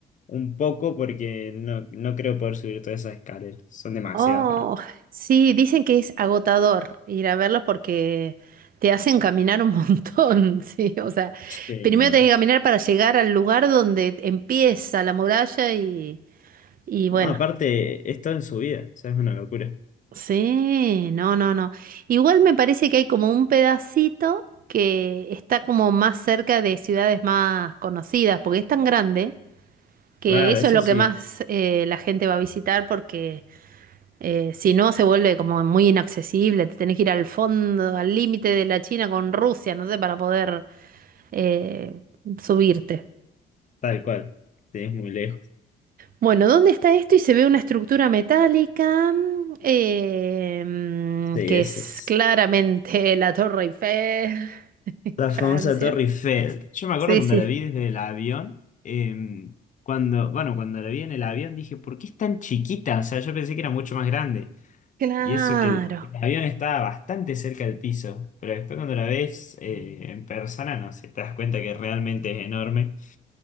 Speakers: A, on the left; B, on the right.
A: un poco porque no, no creo poder subir todas esas escaleras. Son demasiadas
B: Oh,
A: para mí.
B: sí, dicen que es agotador ir a verlos porque te hacen caminar un montón, <laughs> sí, o sea,
A: Sí,
B: primero
A: no.
B: tenés que caminar para llegar al lugar donde empieza la muralla y, y bueno,
A: No, aparte, es todo en su vida. O sea, es una locura.
B: Sí, no, no, no. Igual me parece que hay como un pedacito que está como más cerca de ciudades más conocidas, porque es tan grande que
A: Claro,
B: eso
A: eso
B: es lo
A: sí,
B: que más eh, la gente va a visitar, porque eh, si no se vuelve como muy inaccesible, te tenés que ir al fondo, al límite de la China con Rusia, no sé, para poder eh, subirte.
A: tal cual. Sí, es muy lejos.
B: Bueno, ¿dónde está esto? Y se ve una estructura metálica mm, eh, mm,
A: Sí,
B: que
A: ese
B: es
A: es.
B: claramente <laughs> la Torre Eiffel, <laughs>
A: La
B: Francia.
A: famosa Torre Eiffel. Yo me acuerdo
B: Sí,
A: cuando
B: sí.
A: la vi desde el avión, eh, cuando, bueno, cuando la vi en el avión dije, ¿por qué es tan chiquita? O sea, yo pensé que era mucho más grande.
B: Claro.
A: Y eso que el, el avión estaba bastante cerca del piso, pero después cuando la ves eh, en persona, no sé, te das cuenta que realmente es enorme.